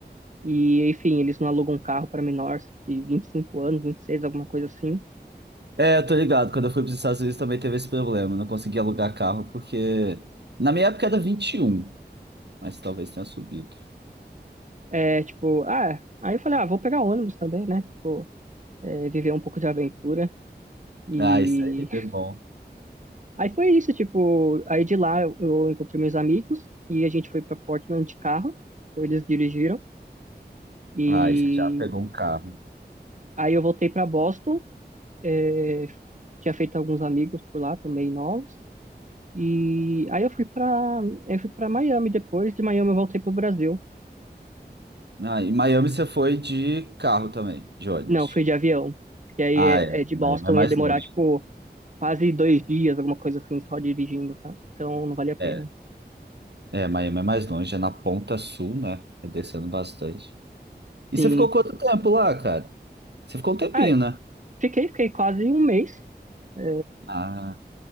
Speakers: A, on the right; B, on the right.
A: E, enfim, eles não alugam um carro para menores de 25 anos, vinte e seis alguma coisa assim.
B: É, eu tô ligado. Quando eu fui para os Estados Unidos também teve esse problema. Eu Não consegui alugar carro porque. Na minha época era vinte e um. mas talvez tenha subido.
A: É, tipo, ah, aí eu falei, ah, vou pegar ônibus também, né? Tipo, é, viver um pouco de aventura. E
B: Ah, isso aí
A: <laughs>
B: é bom.
A: aí foi isso, tipo, aí de lá eu, eu encontrei meus amigos e a gente foi para Portland de carro, ou eles dirigiram. E
B: Ah, e você já pegou um carro.
A: aí eu voltei para Boston, é, tinha feito alguns amigos por lá também novos. E aí eu fui pra, eu fui pra Miami depois, de Miami eu voltei pro Brasil.
B: Ah, em Miami você foi de carro também, de ônibus.
A: Não, fui de avião, porque aí
B: Ah,
A: é,
B: é.
A: é de
B: Miami
A: Boston
B: é mais
A: ia demorar,
B: longe.
A: tipo, quase dois dias, alguma coisa assim, só dirigindo, tá? Então não vale a pena.
B: É, é, Miami é mais longe, é na ponta sul, né? É descendo bastante. E
A: Sim.
B: você ficou quanto tempo lá, cara? Você ficou um tempinho,
A: Ah,
B: né?
A: fiquei, fiquei quase um mês. É,
B: Ah,